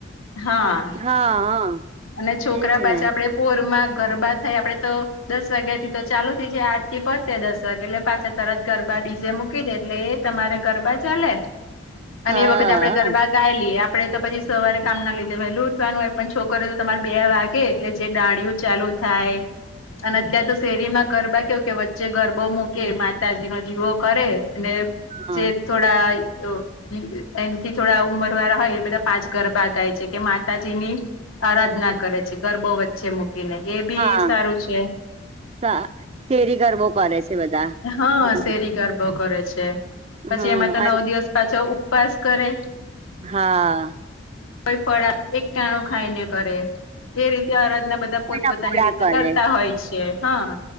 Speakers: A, on the left (about 85°); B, on the right (about 30°).
A: હા
B: હા હા.
A: અને છોકરા
B: એજ
A: પાછા
B: ને
A: આપડે પ પોરમાં ગરબા થાય આપડે તો દસ વાગ્યા થી તો ચાલુ થઈ જાય આરતી પતેે દસ વાગે એટલે પાછા તરત ગરબા ડીજે મૂકી દે એટલે એ તમારે ગરબા ચાલે
B: હા
A: અને એ વખતે આપડે ગરબા ગાઈ લીએ આપડે તો પછી સવારે કામ ના લીધે વેલું ઉઠવાનું હોય પન છોક કરે તો તમારે બે વાગે એટલે જે ડાળિયું ચાલુ થાય અને અત્યારે તો શેરીમાં ગરબા કેવું કે વચ્ચે ગરબો મૂકે માતાજી નો દીવો કરે અને
B: હા
A: જે થોડા એમથી થોડા ઉંમર વાળા હોય એ બધા પાંચ ગરબા ગાય છે કે માતાજીની આરાધના કરે છે ગરબો વચ્ચે મૂકીને. એ બી
B: હા
A: સારું છે.
B: સા સેરી ગરબો પરે સે બધા.
A: હા
B: હમ
A: શેરી ગરબો કરે છે પછી
B: હા
A: એમાં તો નવ
B: અને
A: દિવસ પાછો ઉપવાસ કરે
B: હા.
A: કોઈ ફળા એક ટાણું ખાઈને કરે. એ રીત ત્યારજના બધા
B: કોઈના
A: પોતપોતાની
B: પૂરા
A: રીતે
B: કરે
A: કરતા હોય છે. હા.